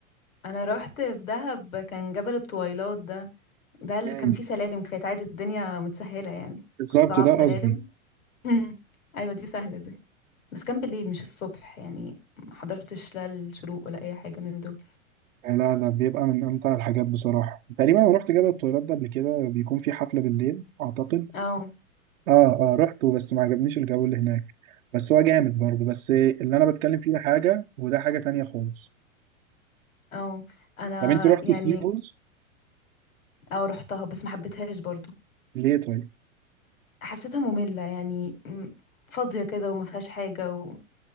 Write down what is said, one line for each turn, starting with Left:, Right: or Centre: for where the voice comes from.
Left: انا رحت في دهب كان جبل الطويلات ده ده اللي
Right: مم.
Left: كان فيه سلالم كانت عادي الدنيا متسهلة يعني
Right: بالظبط
Left: كنت طالعة
Right: ده
Left: بسلالم
Right: قصدي
Left: مم. <laughs> ايوه دي سهلة دي بس كان بالليل مش الصبح يعني ما حضرتش لا الشروق ولا اي حاجة من دول
Right: آه، لا لا بيبقى من امتع الحاجات بصراحة تقريبا انا رحت جبل الطويلات ده قبل كده بيكون في حفلة بالليل اعتقد
Left: اه
Right: اه اه رحته بس ما عجبنيش الجو اللي هناك بس هو جامد برضه بس اللي انا بتكلم فيه ده حاجة وده حاجة تانية خالص
Left: اه انا
Right: طب انت رحت
Left: يعني
Right: ثري بولز
Left: اه رحتها بس ما حبيتهاش برضو
Right: ليه طيب؟
Left: حسيتها مملة يعني م- فاضية كده وما فيهاش حاجة وما